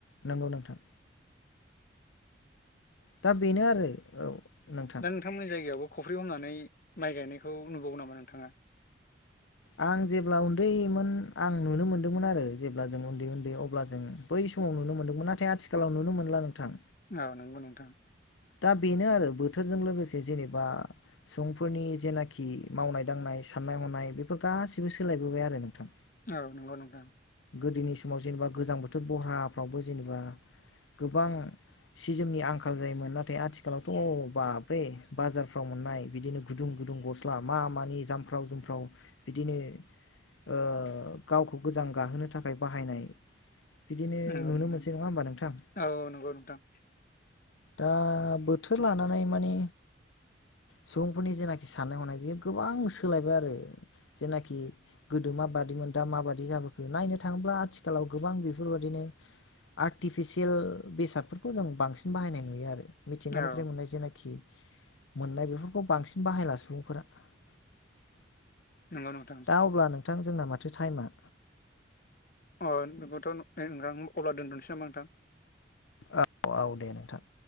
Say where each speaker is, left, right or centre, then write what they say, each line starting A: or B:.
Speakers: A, on the left; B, on the left.
A: नोंगौ नोंथां। दा बेनो आरो औ नोंथां।
B: दा नोंथांमोननि जायगायावबो खफ्रि हमनानै माइ गायनायखौ नुबावो नामा नोंथाङा?
A: आं जेब्ला उन्दैमोन आं नुनो मोन्दोंमोन आरो जेब्ला जों उन्दै उन्दै अब्ला जों बै समाव नुनो मोनदोंमोन नाथाय आथिखालाव नुनो मोनला नोंथां।
B: औ नोंगौ नोंथां।
A: दा बेनो आरो बोथोरजों लोगोसे जेनेबा सुबुंफोरनि जेनाखि मावनाय दांनाय साननाय हनाय बेफोर सोलायबोबाय आरो नोंथां।
B: औ नोंगौ नोंथां।
A: गोदोनि समाव जेनेबा गोजां बोथोर बरहाफ्रावबो जेनेबा गोबां सि जोमनि आंखाल जायोमोन ना थाय आथिखालावथ' बाबरे बाजारफ्राव मोननाय बिदिनो गुदुं गुदुं गस्ला मा मानि जाम्फ फ्राव जुमफ्राव बिदिनो ओ गावखौ गोजां गाहोनो थाखाय बाहायनाय। बिदिनो
B: नंगौ
A: नुनो
B: नोंथां
A: मोनसै नङा होमबा नोंथां?
B: औ नंगौ नोंथां
A: दा ओ बोथोर लानानै मानि सुबुंफोरनि जेनाखि साननाय हनाय बियो गोबां सोलायबाय आरो। जेनाखि गोदो माबादिमोन दा माबादि जाबोखो नायनो थाङोब्ला आथि खालाव गोबां बेफोरबायदिनो आर्टिफिसियेल बेसादफोरखौ जों बांसिन बाहायनाय नुयो आरो। मिथिंगानिफ्राय
B: औ
A: मोननाय जेनाखि मोननाय बेफोरखौ बांसिन बाहायला सुबुंफोरा <inaudible>
B: नंगौ नोंथां
A: दा अब्ला नों थां जोंना माथो टाइमा
B: अ नोंगौथ' नोंथां अब्ला दोनथ'नोसै नामा नोंथां?
A: औ औ दे नोंथां